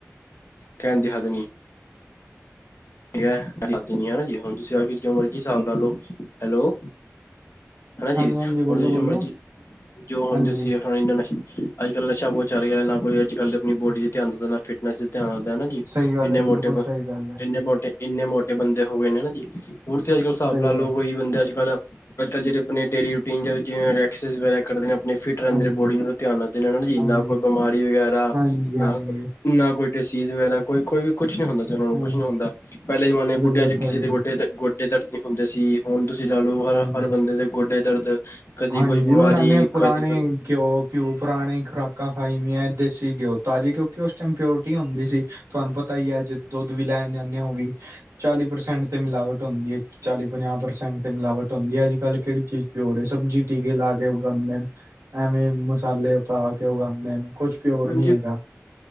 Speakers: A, on the left; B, on the right.
A: <inaudible> ਠੀਕ ਨ ਹੈ ਜੀ ਹੁਣ ਤੁਸੀਂ ਆ ਕੇ ਜੋ ਮਰਜ਼ੀ ਹਿਸਾਬ ਲਾ ਲਓ ਹੈਲੋ
B: ਹਾਂਜੀ
A: ਹਨਾ ਜੀ ਹੁਣ
B: ਹਾਂਜੀ ਬੋਲੋ
A: ਤੁਸੀਂ
B: ਬੋਲੋ
A: ਜੋ ਮਰਜ਼ੀ ਜੋ ਹੁਣ
B: ਹਾਂਜੀ
A: ਦਸੀਂ ਅੱਜ ਕੱਲ ਨਸ਼ਾ ਬਹੁਤ ਚੱਲ ਗਿਆ ਨਾ ਕੋਈ ਅਜ ਕਲ ਆਪਣੀ ਬੋਡੀ ਦੇ ਧਿਆਨ ਦਿੰਦਾ ਨਾ ਫਿਟਨੈਸ ਧਿਆਨ ਰਹਿੰਦਾ ਹਨਾ ਜੀ
B: ਸਹੀ ਗੱਲ
A: ਇੰਨੇ
B: ਹੈ
A: ਮੋਟੇ
B: ਬਿਲਕੁਲ ਸਹੀ ਗੱਲ ਹੈ
A: ਇੰਨੇ ਮੋਟੇ ਇੰਨੇ ਮੋਟੇ ਬੰਦੇ ਹੋ ਗਏ ਨੇ ਹਨਾ ਜੀ ਹੋਰ ਤੇ ਅੱਜ ਕੱਲ੍ਹ ਸਾਬ
B: ਸਹੀ
A: ਲਾਲੋ
B: ਗੱਲ
A: ਲੋਕ ਹੋਈ ਬੰਦੇ ਅੱਜ ਕੱਲ੍ਹ ਅੱਜ ਕੱਲ ਜਿਹੜੇ ਆਪਣੇ ਡੇਲੀ ਰੂਟੀਨ ਜਾਂਵੇ ਦੇ ਨੇ ਆਪਣੇ ਫਿਟ ਰਹਿੰਦੇ
B: ਹਾਂਜੀ
A: ਨੇ ਬੋਡੀ ਨੂੰ ਧਿਆਨ ਰੱਖਦੇ ਨੇ ਹਨਾ ਜੀ
B: ਹਾਂਜੀ
A: ਨਾ ਕੋਈ ਬਿਮਾਰੀ ਵਗੈਰਾ
B: ਹਾਂਜੀ
A: ਨਾ
B: ਹਾਂਜੀ
A: ਨਾ ਕੋਈ ਡਿਸੀਜ਼ ਵਗੈਰਾ ਕੋਈ, ਕੋਈ ਵੀ ਕੁਛ ਨੀ ਹੁੰਦਾ ਸੀ। ਉਹਨਾਂ ਨੂੰ
B: ਹਾਂਜੀ
A: ਕੁੱਛ ਨੀ ਹੁੰਦਾ। ਪਹਿਲੇ ਜਮਾਨੇ
B: ਬਿਲਕੁਲ
A: ਬੁੱਢਿਆਂ ਚ
B: ਸਹੀ
A: ਕਿਸੇ ਦੇ
B: ਗੱਲ
A: ਗੋਡੇ- ਕਿੱਤੇ ਗੋਡੇ ਦਰਦ ਨੀ ਹੁੰਦੇ ਸੀ। ਹੁਣ ਤੁਸੀਂ ਲਾ ਲਓ। ਹਰ,
B: ਹਾਂਜੀ
A: ਹਰ ਬੰਦੇ ਦੇ ਗੋਡੇ ਦਰਦ- ਕਦੀ
B: ਹਾਂਜੀ,
A: ਕੋਈ ਬਿਮਾਰੀ
B: ਜੀ ਉਹਨਾਂ ਨੇ ਪੁਰਾਣੇ
A: ਕਦੀ ਕੋਈ
B: ਘਿਓ -ਘਿਉ ਪੁਰਾਣੇ ਖੁਰਾਕ- ਖੁਰਾਕਾਂ ਖਾਈ ਦੀਆਂ। ਦੇਸੀ ਘਿਓ ਤਾਜ਼ੀ ਕਿਉਕਿ ਉਸ ਟਾਈਮ ਪਿਓਰਟੀ ਹੁੰਦੀ ਸੀ। ਤੁਹਾਨੂੰ ਪਤਾ ਹੀ ਅੱਜ ਦੁੱਧ ਵੀ ਲੈਣ ਜਾਂਦੇ ਹੋ। ਉਹ ਵੀ। ਚਾਲੀ ਪ੍ਰਸੈਂਟ ਤੇ ਮਿਲਾਵਟ ਹੁੰਦੀ ਹੈ। ਚਾਲੀ ਪੰਜਾਹ ਪ੍ਰਸੈਂਟ ਤੇ ਮਿਲਾਵਟ ਹੁੰਦੀ ਹੈ। ਅੱਜ ਕੱਲ੍ਹ ਕਿਹੜੀ ਚੀਜ਼ ਪਿਓਰ ਏ। ਸਬਜ਼ੀ ਟੀਕੇ ਲਾ ਕੇ ਉਗਾਉਂਦੇ ਨੇ, ਐਵੇਂ ਮਸਾਲੇ ਪਾ ਕੇ ਉਗਾਉਂਦੇ ਨੇ। ਕੁਛ ਪਿਓਰ
A: ਹਾਂਜੀ,
B: ਨਹੀਂ ਹੈਗਾ